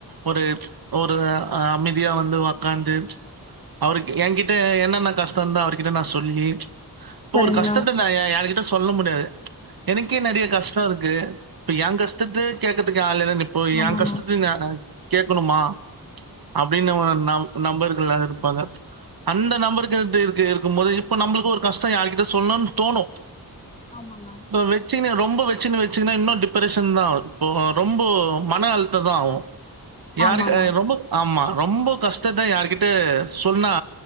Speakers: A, on the right (about 65°); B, on the left (about 15°).
A: ஒரு ஒரு அமைதியா வந்து உக்காந்து அவரு என்கிட்ட என்னென்ன கஷ்டம் இருந்தா அவர்கிட்ட நான் சொல்லி இப்ப
B: சரிங்கண்ணா
A: ஒரு கஷ்டத்த நான் யார்கிட்டையும் சொல்ல முடியாது எனக்கே நிறய கஷ்டம் இருக்கு இப்ப எங்கஷ் த்து கேக்குத்துக்கு ஆள் இல்ல இப்போ
B: ஆமாண்ணா
A: என் கஷ்டத்தையும் னாள கேட்கணுமா அப்படின்னு ந நம்பர்கள் யாரவது இருப்பாங்க அந்த நம்பர்கள் இரு இருக்கும் போது இப்ப நம்மளுக்கு ஒரு கஷ்டம் யாரு்கிட்ட சொல்லணும்னு தோணும்
B: ஆமாண்ணா
A: இப்ப வெச்சினு <unintelligible> ரொம்ப வச்சுன்னு வச்சுங்குன்னா இன்னும் டிப்ரஷன் தான் ரொம்ப மனஅழுத்தம் தான் ஆகும் யாருக்கு
B: ஆமாண்ணா
A: ரொம்ப ஆமா ரொம்ப கஷ்டத்தா யார்கிட்ட சொன்னா